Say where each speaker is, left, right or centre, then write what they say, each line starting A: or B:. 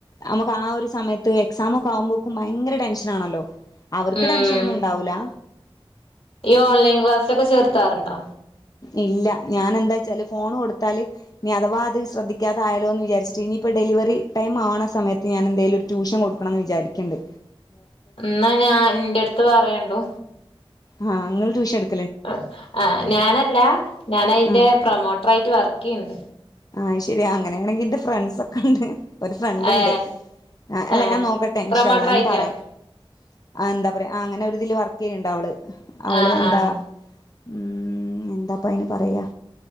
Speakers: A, on the left (about 40°); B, on the left (about 70°).
A: നമ്മക്ക് ആ ഒര് സമയത്ത് എക്സാമൊക്കെ ആവുമ്പോക്കും ഭയങ്കര ടെൻഷന് ആണെല്ലോ അവർക്ക്
B: ഉം
A: ടെൻഷന് ഒന്നും ഉണ്ടാവൂലാ
B: ഈ ഓൺലൈൻ ക്ലാസ്സ്ലക്കാ ചേർത്താറ്ണ്ടോ?
A: ഇല്ല ഞാനെന്താച്ചാല് ഫോണ് കൊടുത്താല് ഇനി അതവാ അതിൽ ശ്രദ്ധിക്കാതയാലോന്ന് വിചാരിച്ചിട്ട് ഇനി ഇപ്പ ഡെലിവറി ടൈം ആവ്ണ സമയത്ത് ഞാൻ എന്തേലൊരു ട്യൂഷൻ കൊടുക്കണം ന്ന് വിചാരിക്കിണ്ട്.
B: ഇന്നാ ഞാൻ ഇന്റട്ത്ത് പറയേണ്ടു
A: ആ ഇങ്ങള് ട്യൂഷൻ എട്
B: അ ആ ഞാന ല്ല, ഞാന് അയിന്റെ
A: ആഹ്
B: പ്രേമോട്ടർ ആയിട്ട് വർക്ക്‌യ്യിണ്ട്.
A: അയ് ശെരി അങ്ങനെണെങ്കിൽ എന്റെ ഫ്രണ്ട്സ് ഒക്കെണ്ട്. ഒരു ഫ്രണ്ട്
B: ഏ
A: ഇണ്ട്. അല്ല
B: ഏ
A: ഞാൻ നോക്കട്ടെ ഇൻഷാഅള്ളാഹ്
B: പ്രൊമോട്ടർ ആയിട്ടാ
A: ഞാൻ പറയാം അയെന്താ പറയ് അങ്ങനൊരിതില് വർക്കെയ്യ്ണ്ട് അവള് അവള്
B: ആ
A: എന്താ
B: ആ
A: മ് എന്താപ്പയ്ന് പറയ്